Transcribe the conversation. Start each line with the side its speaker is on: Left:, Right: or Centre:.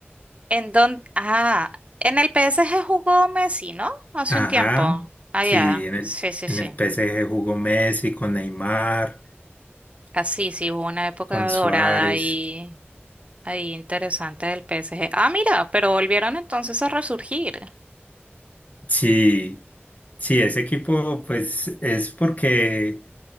Right: ¿En dónde? Ah, en el PSG jugó Messi, ¿no? Hace
Left: Ajá,
Right: un tiempo. Ah,
Left: sí,
Right: ya.
Left: en el,
Right: Sí, sí,
Left: en
Right: sí.
Left: el PSG jugó Messi con Neymar,
Right: Así, sí, sí, hubo una época
Left: con Suárez.
Right: dorada ahí, ahí interesante del PSG. Ah, mira, pero volvieron entonces a resurgir.
Left: Sí, sí, ese equipo pues es porque